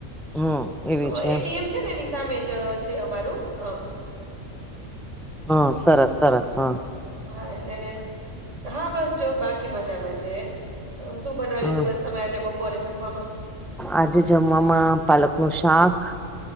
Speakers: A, in the centre; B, on the right (about 60°).
A: હમ એવી
B: હ
A: છે એમ
B: એટીએમ છે ને એની સામે જ છે અમારું હ
A: હા સરસ સરસ હ
B: હા એટલે હા બસ જો બાકી મજામાં છે તો શું બનાવ્યું
A: હા
B: હતું? તમે આજે બપોરે જમવામાં
A: આજે જમવામાં પાલક નું શાક